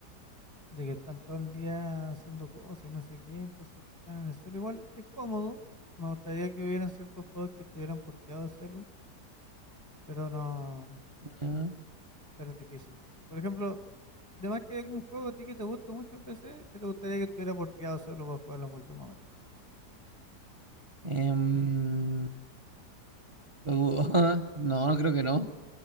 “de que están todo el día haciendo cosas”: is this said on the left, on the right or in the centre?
Left